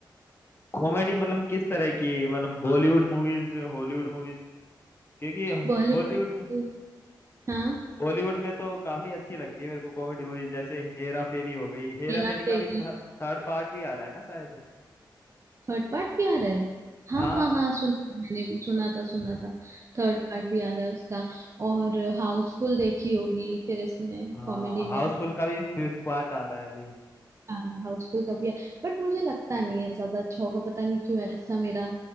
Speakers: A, on the left; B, on the right.
A: कॉमेडी मतलब किस तरह की मतलब बॉलीवुड मूवीज हॉलीवुड मूवीज क्योंकि
B: बॉलीवुड
A: हॉलीवुड में
B: <laughs> हाँ
A: बॉलीवुड में तो काफी अच्छी लगती है मेरे को कॉमेडी मूवीज जैसे हेरा फेरी हो गई हेरा
B: मेरा
A: फेरी का
B: तेरी
A: भी थर्ड पार्ट भी आ रहा है ना शायद
B: थर्ड पार्ट भी आ रहा है हाँ
A: हाँ
B: हाँ हाँ सुना था मैंने भी सुना था सुना था थर्ड पार्ट भी आ रहा है उसका और हाउसफुल देखी होगी फिर इसमें
A: हाँ
B: कॉमेडी
A: हाउसफुल
B: में
A: का भी फिफ्थ पार्ट आ रहा है अभी
B: हाँ हाउसफुल का भी है बट मुझे लगता नहीं है ज्यादा अच्छा होगा पता नहीं क्यों ऐसा मेरा